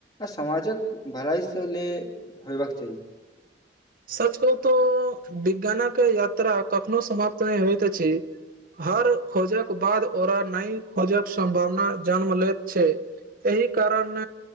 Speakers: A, on the left; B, on the right.
A: आ समाजक भलाय स ले होबाक चाही
B: सच कहू तो विज्ञानक यात्रा कखनो समाप्त नै होइत अछि हर खोजक बाद ओरा नई खोजक सम्भावना जन्म लेैत छै एहि कारण